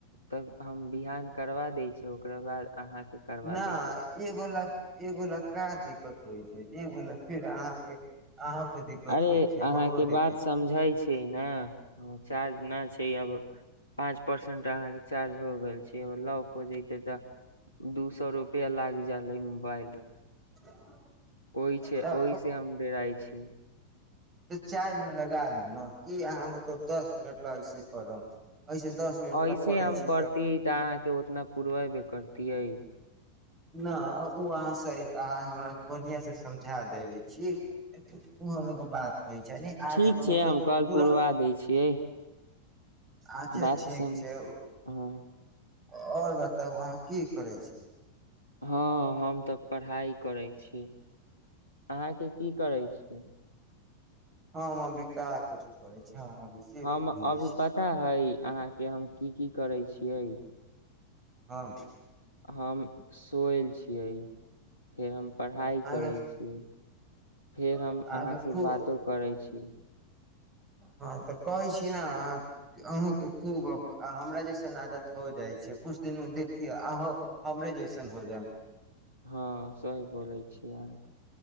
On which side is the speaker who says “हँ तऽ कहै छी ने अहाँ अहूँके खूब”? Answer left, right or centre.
Right